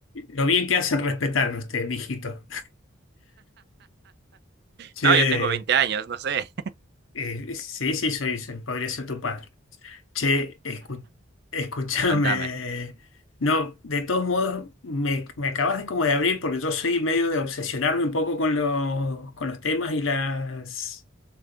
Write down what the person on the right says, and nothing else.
No, yo tengo veinte años, no sé.
<laughs> Cuéntame.